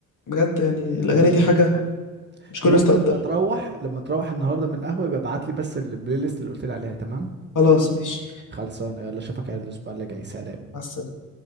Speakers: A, on the left; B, on the right.
A: بجد يعني الأغاني
B: أيوه
A: دي حاجة مش كل
B: المهم
A: الناس تقدرها
B: لما تروح لما تروح النهاردة من القهوة يبقى ابعت لي بس البلاي ليست اللي قلت لي عليها تمام
A: خلاص ماشي
B: خلصانة يلا أشوفك على الأسبوع اللي جاي سلام
A: مع السلامة